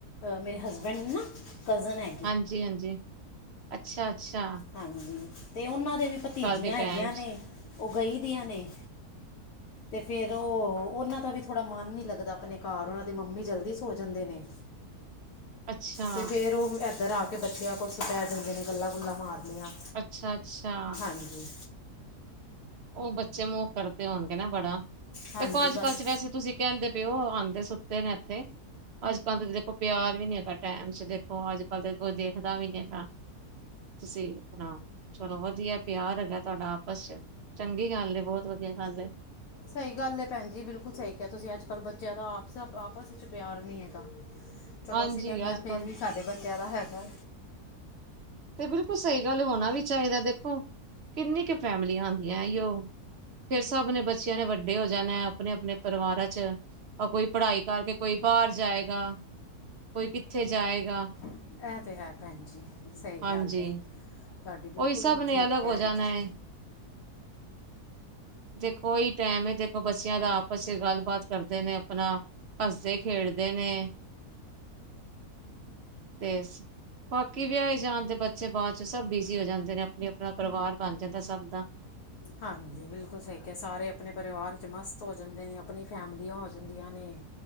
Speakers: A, on the left; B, on the right.
A: ਮੇਰੇ ਹਸਬੈਂਡ ਨੇ ਨਾ ਕਜ਼ਨ ਹੈ
B: ਹਾਂਜੀ ਹਾਂਜੀ ਅੱਛਾ ਅੱਛਾ।
A: ਹਾਂਜੀ ਤੇ ਉਹਨਾਂ ਦੇ ਵੀ ਭਤੀਜੀਆਂ
B: ਦੇ ਟੈਮ
A: ਹੈਗੀਆਂ
B: ਚ
A: ਨੇ ਉਹ ਗਈ ਦੀਆਂ ਨੇ।
B: <inaudible>
A: ਤੇ ਫੇਰ ਉਹ ਉਹਨਾਂ ਦਾ ਵੀ ਥੋੜ੍ਹਾ ਮਨ ਨਹੀਂ ਲੱਗਦਾ ਅਪਨੇ ਘਰ ਉਹਨਾਂ ਦੀ ਮੰਮੀ ਜਲਦੀ ਸੋ ਜਾਂਦੇ ਨੇ।
B: ਅੱਛਾ,
A: ਤੇ ਫੇਰ ਉਹ ਏਧਰ ਆ ਕੇ ਬੱਚਿਆਂ ਕੋਲ ਪੈ ਜਾਂਦੇ ਨੇ ਗੱਲਾਂ ਗੁੱਲਾਂ ਮਾਰ ਲਈਆਂ।
B: ਅੱਛਾ ਅੱਛਾ।
A: ਹਾਂਜੀ।
B: ਉਹ ਬੱਚੇ ਮੂੰਹ ਕਰਦੇ ਹੋਨਗੇ ਨਾ ਬੜਾ
A: ਹਾਂਜੀ
B: ਦੇਖੋ ਅੱਜ
A: ਬਸ
B: ਕਲ ਚ ਵੈਸੇ ਤੁਸੀਂ ਕਹਿੰਦੇ ਪਏੳ ਆਂਦੇ ਸੁੱਤੇ ਨੇ ਏਥੇ। ਅੱਜਕੱਲ੍ਹ ਤੇ ਦੇਖੋ, ਪਿਆਰ ਵੀ ਨੀ ਹੈਗਾ ਟੈਮ'ਚ ਦੇਖੋ, ਅੱਜਕੱਲ੍ਹ ਦੇ ਕੋਈ ਦੇਖਦਾ ਵੀ ਨੀ ਹੈਗਾ। ਤੁਸੀਂ ਅਪਨਾ ਚਲੋ ਵਧੀਆ ਪਿਆਰ ਹੈਗਾ ਤੁਹਾਡਾ ਆਪਸ'ਚ। ਚੰਗੀ ਗੱਲ ਏ, ਬਹੁਤ ਵਧੀਆ ਗੱਲ ਏ।
A: ਸਹੀ ਗੱਲ ਹੈ ਭੈਨ ਜੀ ਬਿਲਕੁਲ ਸਹੀ ਕਿਹਾ ਤੁਸੀਂ ਅੱਜਕੱਲ੍ਹ ਬੱਚਿਆਂ ਦਾ ਆਪਸ-ਆਪਸ ਚ ਪਿਆਰ ਨਹੀਂ ਹੈਗਾ।
B: <inaudible>
A: ਚਲੋ ਅਸੀਂ ਕਹਿੰਨੇ
B: ਅੱਜ
A: ਆ, ਫੇਰ
B: ਕੱਲ
A: ਵੀ ਸਾਡੇ ਬੱਚਿਆਂ ਦਾ ਹੈਗਾ।
B: ਤੇ ਬਿਲਕੁਲ ਸਹੀ ਗੱਲ ਹੈ ਹੋਨਾ ਵੀ ਚਾਹੀਦਾ ਦੇਖੋ ਕਿੰਨੀ ਕੇ ਫੈਮਲੀਆਂ ਹੋਂਦੀਆਂ ਇਹੀੳ। ਫੇਰ ਸਭ ਨੇ ਬੱਚਿਆਂ ਨੇ ਵੱਡੇ ਹੋ ਜਾਨਾ ਅਪਨੇ-ਅਪਨੇ ਪਰਿਵਾਰਾਂ 'ਚ ਕੋਈ ਪੜ੍ਹਾਈ ਕਰਕੇ ਕੋਈ ਬਾਹਰ ਜਾਏਗਾ ਕੋਈ ਕਿੱਥੇ ਜਾਏਗਾ।
A: ਇਹ ਤੇ ਹੈ ਭੈਨ ਜੀ, ਸਹੀ
B: ਹਾਂਜੀ
A: ਗੱਲ ਹੈ ਤੁਹਾਡੀ
B: ਉਹੀ
A: ਬਿਲਕੁਲ
B: ਸਭ ਨੇ
A: ਠੀਕ
B: ਅਲੱਗ
A: ਕਹਿ
B: ਹੋ ਜਾਣਾ
A: ਰਹੇ ਤੁਸੀਂ।
B: ਹੈ ਦੇਖੋ ਏਹੀ ਟਾਈਮ ਹੈ ਦੇਖੋ ਬੱਚਿਆਂ ਦਾ ਆਪਸ'ਚ ਗੱਲਬਾਤ ਕਰਦੇ ਨੇ ਅਪਨਾ ਹੱਸਦੇ-ਖੇਡਦੇ ਨੇ। ਤੇ ਬਾਕੀ ਵਿਆਏ ਜਾਨ ਤੇ ਬੱਚੇ ਬਾਅਦ'ਚ ਸਭ ਬੀਜ਼ ਬਿਜੀ ਹੋ ਜਾਂਦੇ ਨੇ ਅਪਨੇ-ਅਪਨਾ ਪਰਿਵਾਰ ਬਨ ਜਾਂਦਾ ਸਭ ਦਾ।
A: ਹਾਂਜੀ ਬਿਲਕੁਲ ਸਹੀ ਕਿਹਾ ਸਾਰੇ ਅਪਨੇ ਪਰਿਵਾਰ'ਚ ਮਸਤ ਹੋ ਜਾਂਦੇ ਨੇ ਅਪਨੀ ਫੈਮਲੀਆਂ ਹੋ ਜਾਂਦੀਆਂ ਨੇ